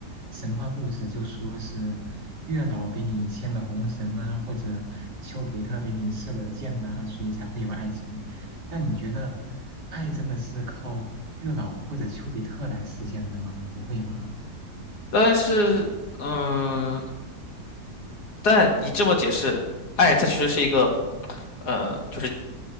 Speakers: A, on the right; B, on the left.
A: 神话故事，就说是月老给你牵了红绳啊，或者丘比特给你射了箭呐、所以才会有爱情。但你觉得爱真的是靠月老或者丘比特来实现的吗？不会吧？
B: 但是，嗯，但你这么解释，爱它其实是一个，呃，就是